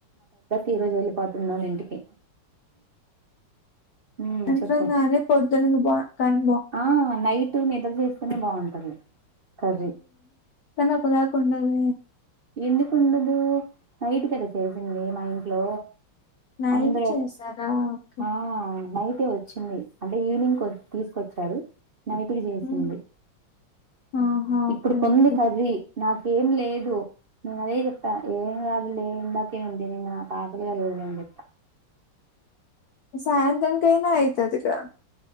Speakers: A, on the right; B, on the left.
A: ఈరోజ ఎల్లిపోతున్నారు ఇంటికి ఉమ్
B: అంట్రం
A: చెప్పు
B: గాని పొద్దునకు బా కన్
A: ఆ నైట్ నిద్ర చేస్తేనే బాగుంటది కర్రీ
B: కని అప్పుదాకఉండదే
A: ఎందుకుండదు నైట్ కదా చేసింది మా ఇంట్లో
B: నైట్
A: ఆంధ్రు
B: చేశారా? ఓకే.
A: ఆ నై అయితే వచ్చింది అంటే ఈవినింగ్ కొ తీసుకొచ్చారు నైట్ కి చేసింది
B: హ్మ్. ఆహా!
A: ఇప్పుడు
B: ఓకే.
A: కొంది
B: ఓకే.
A: కర్రి నాక్ ఏం లేదు నేను అదే చెప్పా ఏం కాదులే ఇందాకే నేను తినినా ఆకలి కా అని చోప
B: సాయంత్రంకైన అయితదిగా